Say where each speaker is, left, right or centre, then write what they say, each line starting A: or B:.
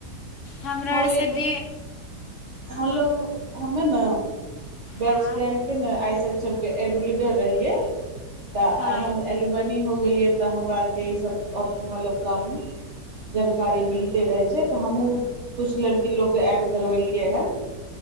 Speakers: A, on the left; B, on the right.
A: हमरा
B: हम
A: आरसँ दे
B: हलो हमे ने बैच
A: हँ
B: टम प आइ। सबके एडलिडर रहियए। तऽ
A: हँ
B: आब हम एलमनी हो गेलियै। तऽ हमरा आरके ईस मतलब। कम जानकारी मिलिते रहै छै तऽ हमहूँ किछु लड़की लोककेँ ऐड करबेलियै हँ।